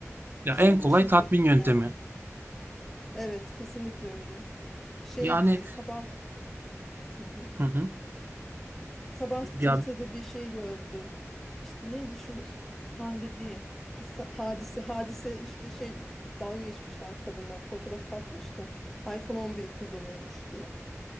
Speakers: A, on the right (about 40°); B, in the centre.
A: Ya
B: Bu senin
A: en kolay
B: için
A: tatmin
B: tabii bir
A: yöntemi.
B: değer. Evet kesinlikle öyle. Şeydi
A: Yani
B: sabah. Hı hı.
A: hı hı.
B: Sabah
A: Ya
B: Twitter'da bir şey gördüm. İşte neydi şu Hande değil. Bir sa- hadise hadise işte şey dalga geçmişler kadına fotoğraf atmış da iPhone 11 kullanıyormuş diye.